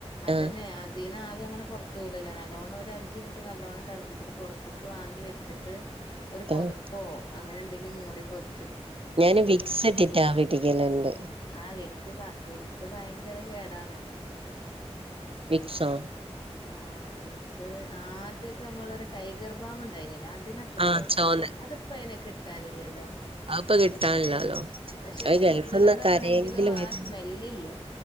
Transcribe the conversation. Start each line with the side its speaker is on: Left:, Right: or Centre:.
Left: അതന്നെ
Right: ആഹ്
Left: അതിൽന്ന് ആവി അങ്ങനെ പുറത്ത് പോല്ലല്ലേ നല്ലോണ്ണം ഒരു അഞ്ച് മിനിറ്റ് നല്ലവണ്ണം തിളപ്പിച്ചട്ട് പുറത്ത്ക്ക് വാങ്ങി വെച്ചിട്ട് ഒരു പൊതപ്പോ
Right: ആഹ്
Left: അങ്ങനെ എന്തെങ്കും മൂടി പൊതച്ച
Right: ഞാന് വിക്സ്ട്ടിട്ട് ആവിട്ക്കലണ്ട്.
Left: ആഹ് വിക്സ് വിക്സ് ഭയങ്കര കേടാണല്ലോ
Right: വിക്സോ
Left: ആ വിക്സ് ആദ്യൊക്കെ നമ്മളൊരു ടൈഗർ ബാം ഉണ്ടായിന്നില്ലേ അതിന് അത്ര
Right: ആഹ്
Left: കുഴപ്പില്ല
Right: ചോന്ന
Left: അത്പ്പോ അയന് കിട്ടാനില്ലല്ലോ?
Right: അത്പ്പൊ കിട്ടാനില്ലാലോ
Left: പക്ഷെ
Right: അത് ഗൾഫ്ന്നൊക്കെ
Left: കിട്ടണതാണെങ്കിലും
Right: ആരെങ്കിലും
Left: ആ
Right: വരും
Left: സ്മെല്ലില്ല.